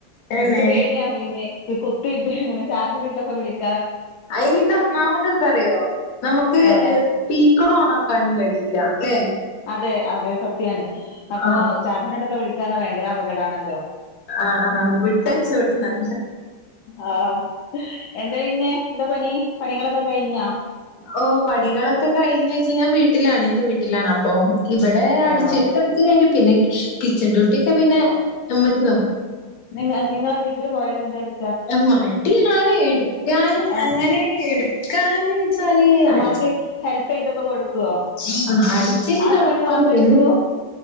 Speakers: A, on the left; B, on the left.
A: തന്നെ
B: നിങ്ങക്ക് പേടിയ പിന്നെ കൊത്തിയിട്ട് അങ്ങനെ ചാർജിന ഇട്ടൊക്കെ വിളിക്ക
A: അതിന്റെ ഒന്നാമത് എന്താ പറയോ നമുക്ക്
B: ആഹ്
A: സ്പീക്കർ ഓൺ ആക്കാനും കഴിയും ഇല്ല അല്ലെ
B: അതെ അതെ സത്യാണ് അപ്പോൊ
A: ആഹ്
B: ചാർജനോടൊക്കെ വിളിക്കാ ഭയങ്കര അപകടമാണല്ലോ
A: ആഹ് ആ വിട്ടട്ട സോടി ന
B: ആഹ എന്താ പിന്നെ എന്താ പണി പണികളൊക്കെ കഴിഞ്ഞാ
A: ഓ പണികളൊക്കെ കഴിഞ്ഞച്ചാ ഞാൻ വീട്ടിലാണ് എന്റെ വീട്ടിലാണ് അപ്പൊ ഇവിടെ അടിച്ചിരിത്ത്
B: ആഹ്
A: എടുത്ത് കഴിഞ്ഞു പിന്നെ കിച്ചൺ ഡ്യൂട്ടിയ ഒക്കെ പിന്നെ അമ്മച്ചന്നോ
B: നി നിങ്ങളെ വീട്ടിൽ പോയാല എന്തായാലും
A: മടിയാണ് എടുക്കാൻ
B: ആ
A: അങ്ങനെ എടുക്കാൻ വെച്ചാല് അ
B: ഉമ്മാക്ക് ഹെൽപ് ചെയ്തക്ക കൊടുക്കുവോ
A: ആ് അടിച്ചരി
B: ആ ഒരു
A: തുടക്കും
B: പണി മാത്രം
A: പിന്നെ
B: എടുക്കൂ